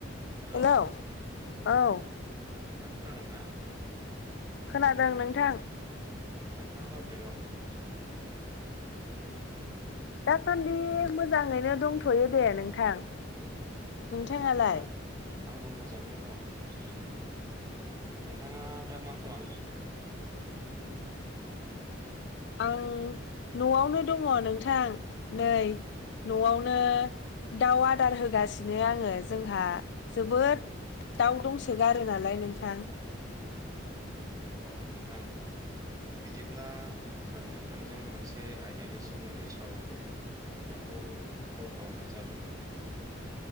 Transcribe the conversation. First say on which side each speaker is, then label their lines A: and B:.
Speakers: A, on the right; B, on the left.
A: Hello
B: हेल औ
A: खोनादोंना
B: खोनादों नोंथां
A: नोंथाङा माबोरै दं
B: दासान्दि मोजाङैनो दंथयो दे नोंथां नोंथांआलाय
A: नोंथाङा दा आंबो मोजाङैनो दं नोंथां नोंथाङा दा मा खालामदों
B: आं नआवनो दङ नोंथां नै नआवनो दाउ आदार होगासिनो आङो जोंहा जोबोद दाउ दंसोगारो नालाय नोंथां
A: अ नोंथां बिदिब्ला आं नोंथांजों मोनसे आयदानि सोमोन्दै सावरायनो नोंथांखौ कल खालामनाय जादों